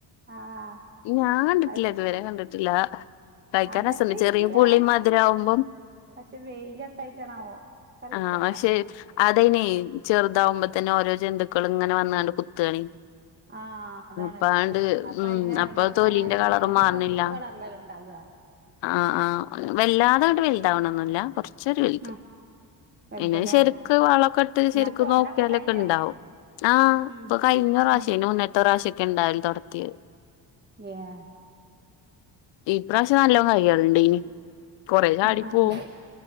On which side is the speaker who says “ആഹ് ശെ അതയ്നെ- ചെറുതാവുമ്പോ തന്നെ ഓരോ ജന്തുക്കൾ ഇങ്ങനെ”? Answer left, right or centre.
Left